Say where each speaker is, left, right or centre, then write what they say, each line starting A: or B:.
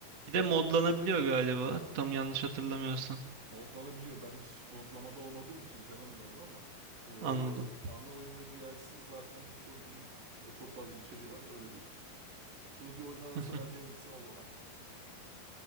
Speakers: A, on the right (about 45°); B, on the right (about 65°).
A: Bir de modlanabiliyor
B: Abi,
A: galiba. Tam yanlış hatırlamıyorsam.
B: Modlanabiliyor. Ben hiç modlamada olmadığım için denemedim onu ama eee,
A: Anladım.
B: ana oyun ve DLC zaten çok iyi ve çok fazla içeriği var. Öyle diyeyim. 2D oyunlar arasında
A: <laughs>
B: bence en iyisi Hollow Knight.